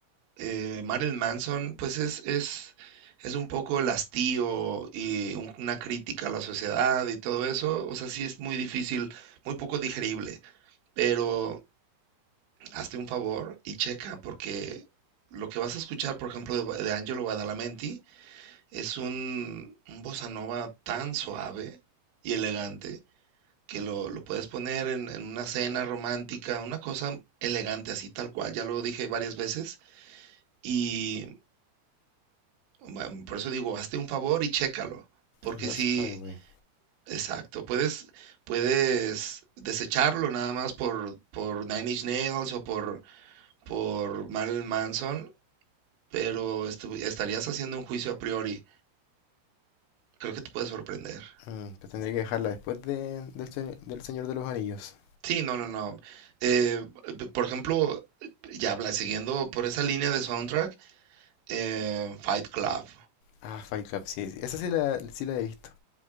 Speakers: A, on the right (about 85°); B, on the left (about 85°).
A: Eh, Marilyn Manson, pues es, es, es un poco el hastío y un- una crítica a la sociedad y todo eso. O sea, sí es muy difícil, muy poco digerible. Pero hazte un favor y checa, porque lo que vas a escuchar, por ejemplo, de, Ba- de Angelo Badalamenti, Es un, un bossa nova tan suave y elegante que lo, lo puedes poner en, en una cena romántica, una cosa elegante así tal cual, ya lo dije varias veces y mm, por eso digo, hazte un favor y chécalo, porque
B: Los
A: sí,
B: Highway.
A: exacto, puedes, puedes desecharlo nada más por, por Nine Inch Nails o por, por Marilyn Manson, pero estu- estarías haciendo un juicio a priori, creo que te puede sorprender.
B: Mm, te tendré que dejarla después de, del, se- del Señor de los Anillos.
A: Sí, no, no, no. Eh, p- por ejemplo, ya habla, siguiendo por esa línea de soundtrack, eh, Fight Club.
B: Ah, Fight Club, sí, sí, Esa sí la, sí la he visto.